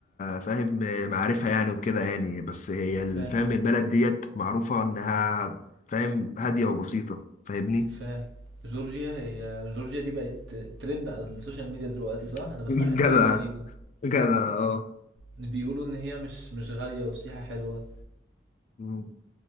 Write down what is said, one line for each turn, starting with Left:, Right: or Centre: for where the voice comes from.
Left: فاهم آه، معرفه يعني وكده يعني بس هي الفهم
Right: فاهم،
Left: البلد ديت معروفه انها فاهم هاديه وبسيطه فاهمني
Right: فاهم. جورجيا هي جورجيا دي بقت trend على الsocial media دلوقتي صح؟
Left: <laughs>
Right: أنا باسمعها
Left: جدع
Right: كتير تقريبًا،
Left: جدع
Right: بيقولوا إن هي مش مش غالية والسياحة حلوة.
Left: اه